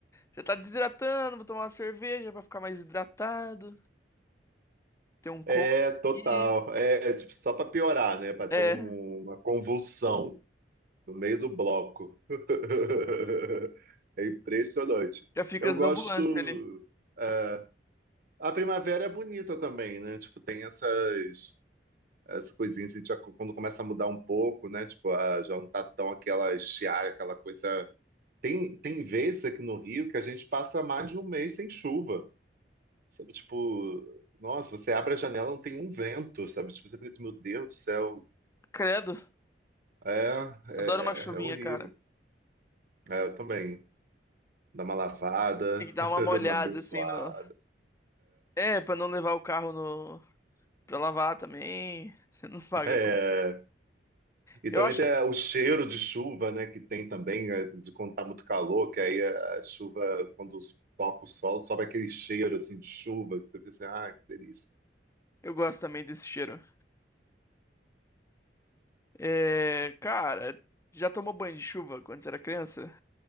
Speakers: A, on the left (about 15°); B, on the right (about 55°).
A: Já tá desidratando, vou tomar uma cerveja pra ficar mais hidratado. Tem um copo
B: É, total.
A: aqui.
B: É, tipo, só pra piorar, né? Pra ter
A: É,
B: um- uma convulsão no meio do bloco. <laughs> É impressionante.
A: já fica
B: Eu
A: as
B: gosto.
A: ambulâncias ali.
B: é, a primavera é bonita também, né? Tipo, tem essas. as coisinhas, e já quando começa a mudar um pouco, né? Tipo, ah, já não tá tão aquela estiagem, aquela coisa. Tem, tem vezes aqui no Rio que a gente passa mais de um mês sem chuva, sabe? Tipo, nossa, você abre a janela, não tem um vento, sabe? Tipo, você pensa, meu Deus do céu,
A: Credo,
B: é,
A: adoro uma chuvinha,
B: é, é horrível.
A: cara.
B: É, eu também. Dá uma lavada,
A: Tem que dar
B: <laughs>
A: uma molhada
B: uma abençoada.
A: assim no. É, pra não levar o carro no. Pra lavar também. <laughs> Você não paga.
B: É.
A: com-
B: E
A: Eu
B: também
A: acho
B: tem é,
A: que
B: o cheiro de chuva, né? Que tem também, é, de quando tá muito calor, que aí a a chuva, quando toca o sol, sobe aquele cheiro assim de chuva, que você pensa, ah, que delícia.
A: eu gosto também desse cheiro. É, cara, já tomou banho de chuva quando você era criança?